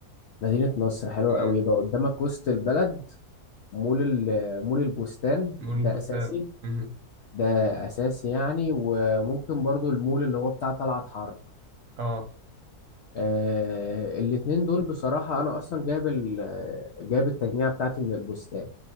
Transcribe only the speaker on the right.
امم
نور
البستان
امم
اه